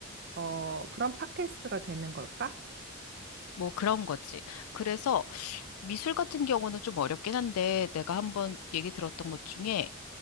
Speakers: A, on the right (about 50°); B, on the left (about 85°).
A: 어, 그런 팟캐스트가 되는 걸까?
B: 뭐 그런 거지. 그래서 미술 같은 경우는 좀 어렵긴 한데 내가 한번 얘기 들었던 것 중에